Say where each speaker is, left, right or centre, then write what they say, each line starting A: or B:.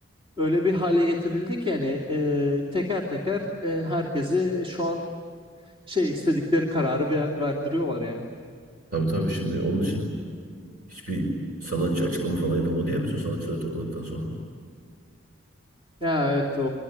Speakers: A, on the right; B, on the right.
A: öyle bir hale getirildi ki yani e, teker teker e, herkesi şu an şey istedikleri kararı ve- verdiriyorlar yani.
B: Tabii tabii şimdi onun için hiçbir sanatçı açıklama falan yapamadı ya bütün sanatçıları topladıktan sonra.
A: Ya evet o